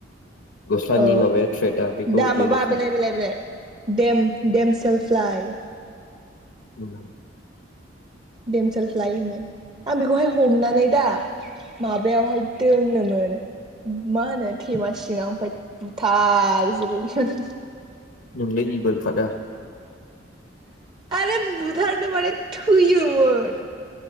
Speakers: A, on the left; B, on the right.
A: गस्लानि
B: औ
A: माबाया थ्रेदा बेखौ
B: दा
A: बेजों
B: माबा बेलाइ बेलाइ बेलाइ देम देम सेलफ्लइ
A: <inaudible>
B: दमसेलफ्लाइ होनो आं बेखौहाय हमनानै दा माबायावहाय दोनोमोन मा होनो थेमासिङाव ओमफ्राय बुथारजोबोमोन
A: नोंलाय इबोल खादा
B: आरो बुथारनो माने थैयो मोन